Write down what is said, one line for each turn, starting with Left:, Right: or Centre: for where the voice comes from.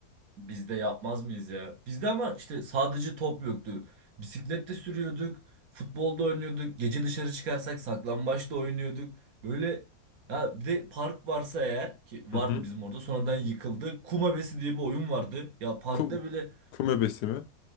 Right: Biz de yapmaz mıyız ya? Bizde ama işte sadece top yoktu. Bisiklet de sürüyorduk, futbolda oynuyorduk, gece dışarı çıkarsak saklambaçta oynuyorduk. Böyle ha bir de park varsa eğer ki
Left: Hı
Right: vardı
Left: hı.
Right: bizim orada sonradan yıkıldı. Kum Hevesi diye bir oyun vardı. Ya parkta
Left: Kum,
Right: böyle
Left: kum ebesi mi?